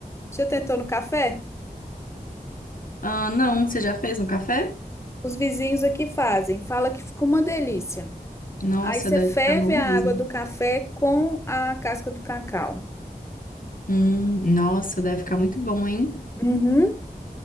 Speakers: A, on the left (about 15°); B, on the left (about 60°).
A: Já tentou no café?
B: Ah, não, você já fez no café?
A: Os vizinhos aqui fazem. Fala que ficou uma delícia.
B: Nossa,
A: Aí você
B: deve
A: ferve
B: ficar bom
A: a
B: mesmo.
A: água do café com a casca do cacau.
B: Hum, nossa, deve ficar muito bom, hein?
A: Uhum.